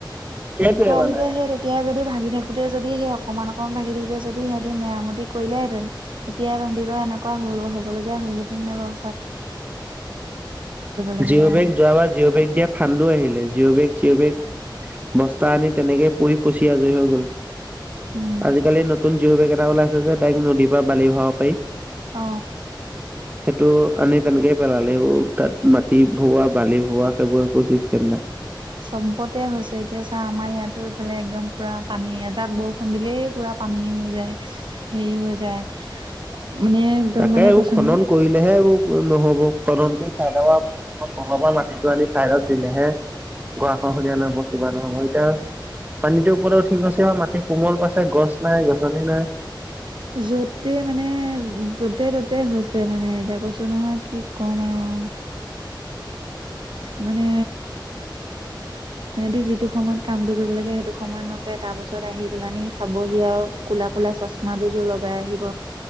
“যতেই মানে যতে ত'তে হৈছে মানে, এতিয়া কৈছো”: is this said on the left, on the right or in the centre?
Right